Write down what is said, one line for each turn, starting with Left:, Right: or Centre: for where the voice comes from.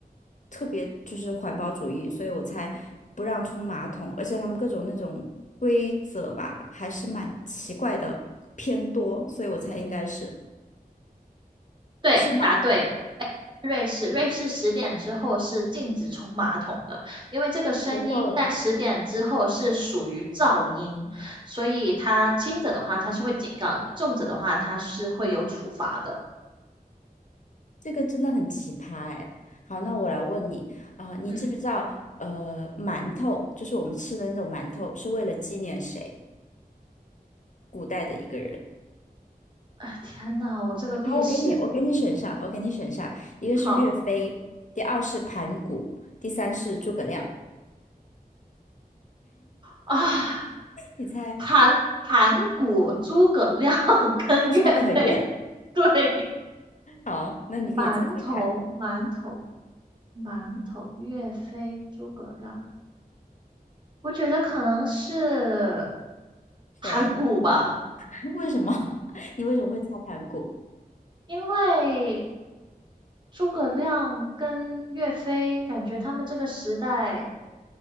Left: 特别就是环保主义，所以我猜不让冲马桶，而且他们各种那种规则吧，还是蛮奇怪的，偏多，所以我猜应该是
Right: 对，
Left: 是吗？
Right: 答对。哎，瑞士，瑞士十点之后是禁止冲马桶的，因为这个声音在十点之后是属于噪音，
Left: 太好笑了吧？
Right: 所以它轻者的话它是会警告你，重者的话它是会有处罚的。
Left: 这个真的很奇葩哎。好，那我来问你啊、你知不知道呃，
Right: 嗯，
Left: 馒头就是我们吃的那种馒头，是为了纪念谁？古代的一个人。
Right: 啊，天呐，我这个历史
Left: 好，我给你，我给你选上，我给你选上，一个是岳飞，
Right: 好
Left: 第二是盘古，第三是诸葛亮。
Right: 啊，
Left: 你猜
Right: 盘盘古、诸葛亮 <laughs> 跟岳飞，
Left: 是不是差得很远？
Right: 对，
Left: <laughs> 好，那你可以猜猜看，
Right: 馒头，馒头，馒头，岳飞，诸葛亮。我觉得可能是
Left: 谁？
Right: 盘古吧，
Left: <laughs> 为什么？<laughs> 你为什么会猜盘古？
Right: 因为诸葛亮跟岳飞，感觉他们这个时代